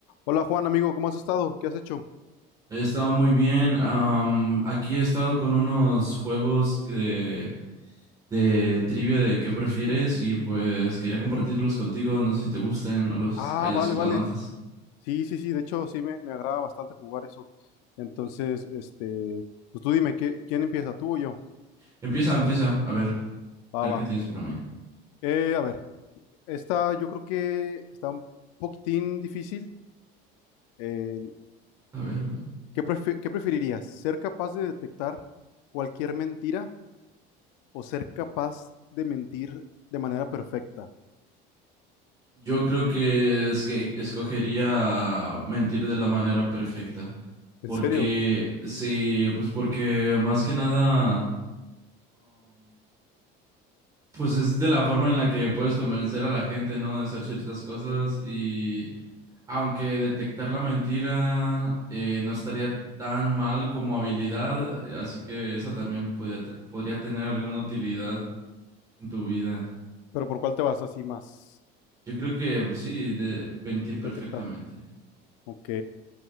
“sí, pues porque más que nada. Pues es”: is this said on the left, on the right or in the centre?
Right